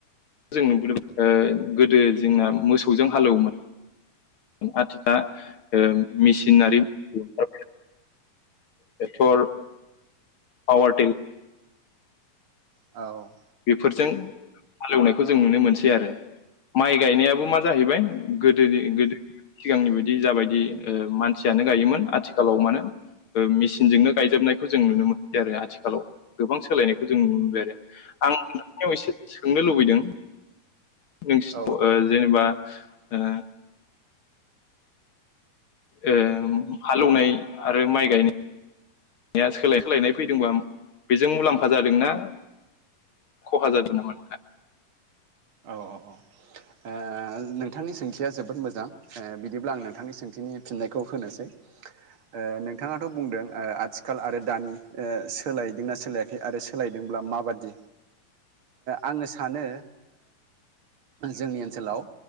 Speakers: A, on the left; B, on the right.
A: जों नुबोदों ओ गोदो जोंना मोसौजों हालौवोमोन आथिखाल मेसिनारि ओंखार टेक्टर पावार टिल
B: औ
A: बेफोरजों हालेवनायखौ जों नुनो मोनसै आरो माइ गायनायाबो मा जाहैबाय गो दो गोदोनि सिगांनि बायदि जाबायदि मानसियानो गायोमोन आथिखालाव मानो मेसिनजोंनो गायजोबनायखौ जों नुनो मोनबाय आरो आथिखालाव गोबां सोलायनायखौ जों नुनो मोनबाय आरो आं नोंथांनियाव एसे सोंनो लुबैदों नोंसिनाव
B: औ
A: जेनेबा ओ ओ हालेवनाय आरो माइ गायनाय या सोलाय सोलायनाय फैदोंबा बेजों मुलाम्फा जादोंना खहा जादों नामा नोंथां
B: औ औ औ आ नोंथांनि सोंथिया जोबोद मोजां बिदिब्ला आं नोंथांनि सोंथिनि फिननायखौ होनोसै <inaudible> ओ नोंथाङाथ' बुंदों आथिखाल आरो दानि सोलायदोंना सोलायाखै आरो सोलायदों बा माबादि आङो सानो जोंनि ओनसोलाव